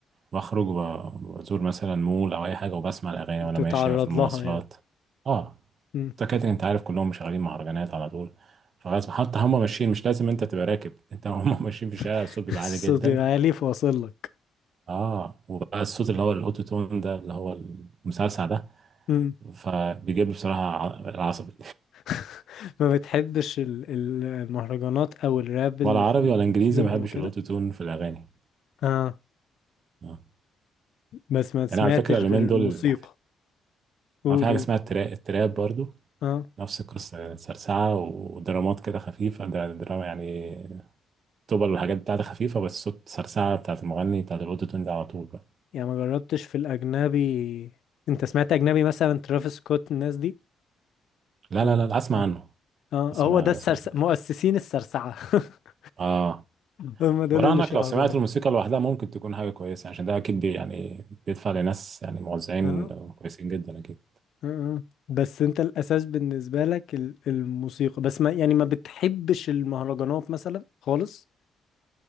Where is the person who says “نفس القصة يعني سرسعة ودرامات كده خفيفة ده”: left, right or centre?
Right